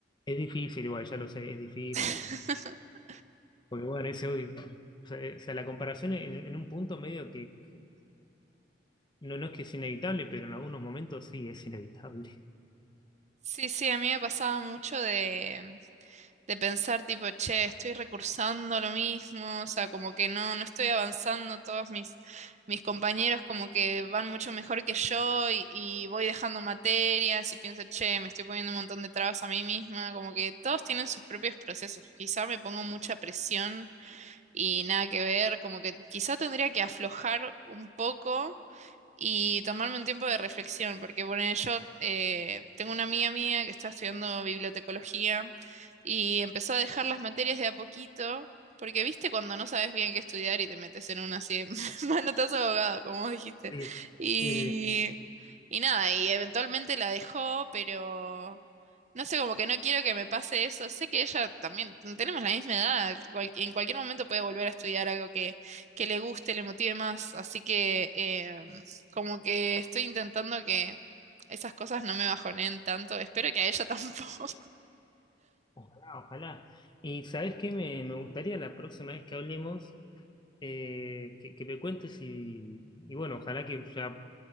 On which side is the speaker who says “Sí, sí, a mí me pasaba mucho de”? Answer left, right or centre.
Right